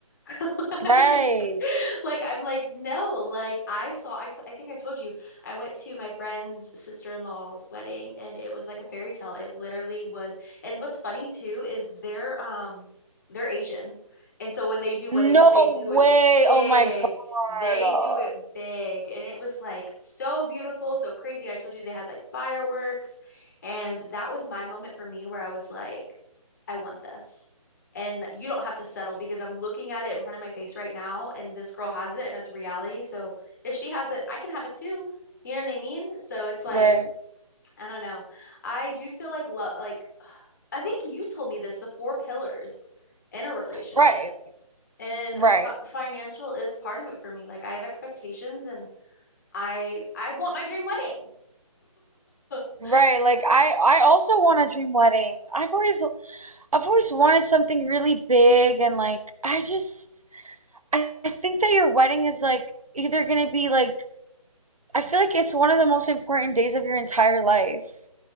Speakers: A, on the left (about 30°); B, on the right (about 85°).
A: <laughs>
B: Right.
A: Like, like I'm like, no, like I saw, I, t I think I told you, I went to my friend's sister-in-law's wedding and it was like a fairy tale. It literally was. And what's funny too is they're um they're Asian. And so when they do weddings,
B: No
A: they do
B: way.
A: it big.
B: Oh my God.
A: They
B: Oh,
A: do it big. And it was like so beautiful, so crazy. I told you they had like fireworks. And that was my moment for me where I was like, I want this and you don't have to settle because I'm looking at it in front of my face right now and this girl has it and it's reality. So if she has it, I can have it too. You know what I mean? So it's like,
B: Right.
A: I don't know. I do feel like love like <sighs> I think you told me this, the four pillars in a relationship.
B: Right.
A: And
B: Right.
A: fi financial is part of it for me. Like I have expectations and I I want my dream wedding. <laughs>
B: Right. Like I I also want a dream wedding. I've always I've always wanted something really big and like I just I I think that your wedding is like either gonna be like I feel like it's one of the most important days of your entire life.